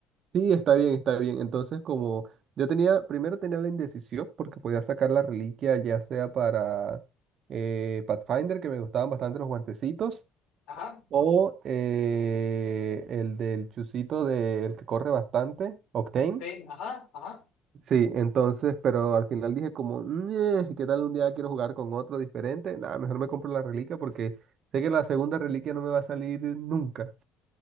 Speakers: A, on the right (about 45°); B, on the left (about 65°).
A: Sí, está bien, está bien. Entonces, como yo tenía, primero tenía la indecisión porque podía sacar la reliquia ya sea para eh, Pathfinder, que me gustaban bastante los guantecitos,
B: Ajá,
A: o eh, el del chusito de, el que corre bastante, Octane.
B: Pepe, ajá, ajá.
A: Sí, entonces, pero al final dije como, "Ñe, ¿qué tal un día quiero jugar con otro diferente? Nada, mejor me compro la reliquia porque sé que la segunda reliquia no me va a salir nunca.